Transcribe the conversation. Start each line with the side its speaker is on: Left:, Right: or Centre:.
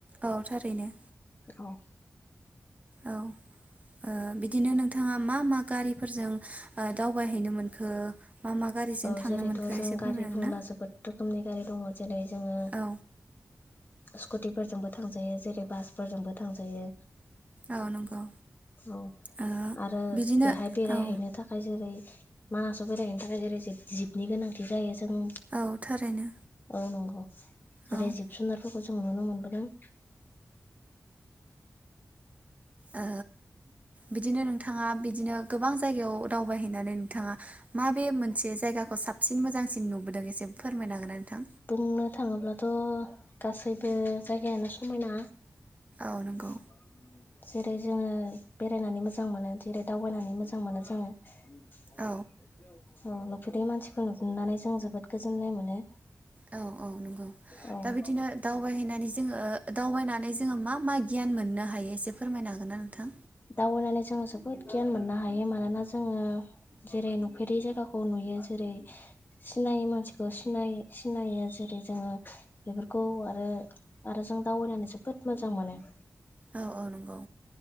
Right: औ थारैनो।
Left: औ।
Right: औ ओ बिदिनो नोंथाङा मा मा गारिफोरजों। ओ दावबायहैनो मोनखो मा मा गारिजों
Left: औ
Right: थांनो
Left: जेरैथ'
Right: मोनखो
Left: जों
Right: एसे फोरमायनो
Left: गारि
Right: हागोन
Left: बुंब्ला
Right: ना?
Left: जोबोद रोखोमनि गारि दङ जेरै जोङो
Right: औ
Left: स्कुटिफोरजोंबो थांजायो जेरै बासफोरजोंबो थांजायो।
Right: औ नंगौ
Left: औ
Right: ओ
Left: आरो
Right: बिदिनो
Left: बेहाय बेरायहैनो
Right: औ
Left: जेरै मासाव बेरायहैनो थाखाय जेरै जिबनि गोनांथि जायो। जों
Right: औ थारैनो
Left: औ नंगौ। <inaudible> जेरै
Right: औ ओ
Left: जिब जुनार जों नुनो मोनबो। हेल'
Right: ओ बिदिनो नोंथाङा बिदिनो गोबां जायगायाव दावबायहैनानै नोंथाङा माबे मोनसे जायगाखौ साबसिन मोजांसिन नुबोदों एसे फोरमायन हांगोना नोंथाङा।
Left: बुंनो थाङोब्लाथ' गासैबो जायगायानो समायना।
Right: औ
Left: <inaudible>
Right: नंगौ
Left: जेरै जोङो बेरायनानै मोजां मोनो जेरै दावबायनानै मोजां मोनो जोङो
Right: औ
Left: <inaudible> औ नुफेदै मानसिखौ नुहनानै जों जोबोद गोजोननाय मोनो।
Right: औ औ नंगौ
Left: औ
Right: दा
Left: <inaudible>
Right: बिदिनो दावबायहैनानै जोङो दावबायनानै जोङो मा मा गियान मोननो हायो एसे फोरमायनो हागोन ना नोंथां?
Left: दाउबायनानै जोङो। जोबोद गियान मोननो हायो मानोना जोङो जेरै नुफेरि जायगाखौ नुयो जेरै सिनायै मानसिखौ सिनाय सिनायो जेरै जोङो बेफोरखौ आरो आरो जों दावबायनानै जोबोद मोजां मोनो। <inaudible>
Right: औ औ नंगौ